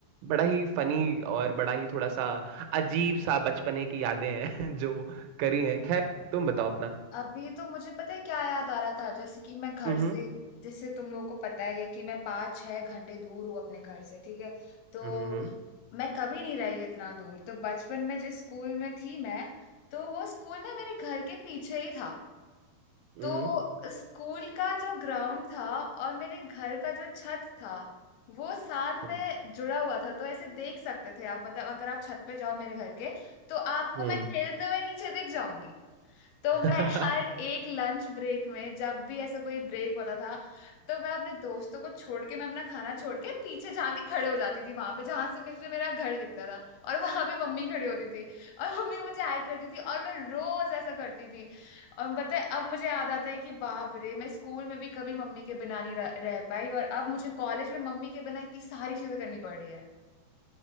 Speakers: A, on the right; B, on the left.
A: बड़ा ही फनी और बड़ा ही थोड़ा सा अजीब सा बचपने की यादें हैं <laughs> जो करी हैं खैर तुम बताओ अपना
B: अभी तो मुझे पता है क्या याद आ रहा था जैसे कि मैं घर
A: हम्म
B: से जैसे तुम लोगों को पता ही है कि मैं पाँच छह घंटे दूर हूँ अपने घर से ठीक है तो
A: हम्म हम्म
B: मैं कभी नहीं रही इतना दूर तो बचपन में जिस स्कूल में थी मैं तो वो स्कूल ना मेरे घर के पीछे ही था
A: हम्म
B: तो स्कूल का जो ग्राउंड था और मेरे घर का जो छत था वो साथ
A: हम्म
B: में जुड़ा हुआ था तो ऐसे देख सकते थे आप मतलब अगर आप छत पे जाओ मेरे घर के तो आपको
A: हम्म,
B: मैं खेलते हुए नीचे दिख जाऊंगी तो
A: <laughs>
B: मैं
A: हम्म।
B: हर एक लंच ब्रेक में जब भी ऐसा कोई ब्रेक होता था तो मैं अपने दोस्तों को छोड़ के मैं अपना खाना छोड़ के पीछे जाके खड़े हो जाती थी वहां पे जहां से मुझे मेरा घर दिखता था और वहां पे मम्मी खड़ी होती थी और मम्मी मुझे हाय करती थी और मैं रोज ऐसा करती थी और बताए अब मुझे याद आता है कि बाप रे मैं स्कूल में भी कभी मम्मी के बिना नहीं रह, रह पाई और अब मुझे कॉलेज में मम्मी के बिना इतनी सारी चीजें करनी पड़ रही है